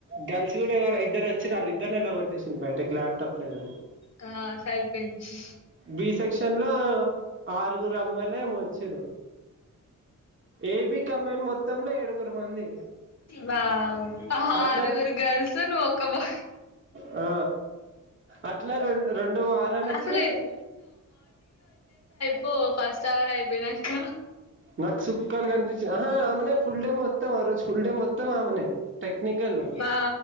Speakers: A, on the right; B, on the left.
A: గల్స్ గూడా ఎవరో ఇద్దరు వోచ్చిర్రు అళ్ళిద్దర్ని ఎలా కొట్టేషి. బయట క్యాప్టాప్ లేదండి
B: ఆ సరిపోయింది
A: బి సెక్షన్ లో. ఆరుగురు అమ్మాయిలేమో ఓచ్చిర్రు ఏబి కమ్మాయిని మొ. మొత్తంలో ఏడుగురు మంది.
B: వావ్
A: అట్లా
B: ఆరుగురు గర్ల్స్ నువ్వు ఒక్క బా.
A: ఆ. అట్లా రోన్ రొండు వారాలకి.
B: అసలు పో పాస్టవర్ అయిపోయినక్క.
A: నాక్ సుక్కాల్ గనిపించి ఆ ఆమెనే ఫుల్ డే మొత్తం ఆ రోజు ఫుల్ డే మొత్తం ఆమెనే. టెక్నికల్
B: బా